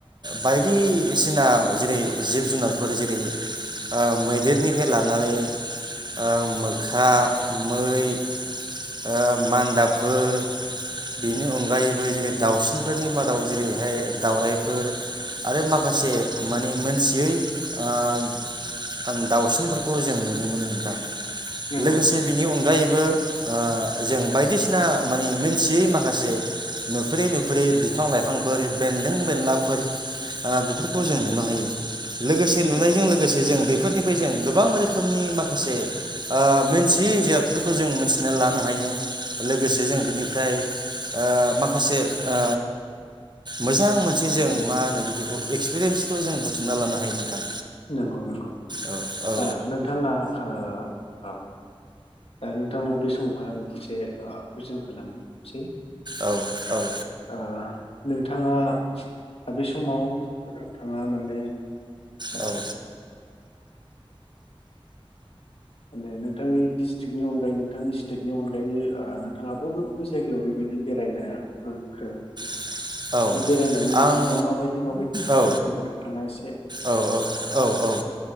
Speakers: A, on the right; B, on the left.
A: बायदिसिना जेरै जिब जुनारफोर जेरै आ मैदेरनिफ्राय लानानै ओ मोख्रा मै ओ मान दाबफोर बेनि अनगायैबो जेरै दाावसिनफोरनि मादाव जेरैहाय दाावरायाइफोर आरो माखासे मानि मोनथियै आ दाावसिनफोरखौ जों नुनो मोनो नोंथां।
B: नंगौ
A: लोगोसे बिनि अनगायै बो ओ जों बाय बायदिसिना मानि मोनथियै माखासे नुफेरै नुफेरै बिफां लाइफांफोर बेन्दों बेनलाफोर आ बेफोरखौ जों नुनो हायो। लोगोसे नुनायजों
B: नंगौ
A: लोगोसे जों बेफोरनि जों गोबां रोखोमनि माखासे ओ मोनथियै जिरादफोरखौ जों मोनथिनानै लानो हायो। लोगोसे जों बिनिफ्राय ओ माखासे ओ मोजां मोनसे जों मा होनो बिदिखौ एक्सपिरेन्सखौ जों बुथुमना लानो हायो नोंथां।
B: नोंगौ नोंगौ।
A: औ औ
B: दा नोंथाङा ओ औ। ओ नोंथांनाव बे समावहाय आं मोनसे ओ कुइसन खालामनोसै
A: औ औ
B: ओ नों नोंथाङा दा बे समाव नोंथाङा माने ओ
A: औ।
B: माने नोंथांनि डिस्ट्रिक्टनि अनगायै नोंथांनि स्टेटनि अनगायै ओ नोंथाङा बबे बबे जायगायाव बेबायदि बेरायनो मोनखो?
A: औ
B: आरो बेरायनानै नोंथाङा
A: आं
B: माबायदि माबायदि एक्सपिरियेन्स
A: औ
B: मोनगोन नोंथाङा एसे
A: औ औ औ औ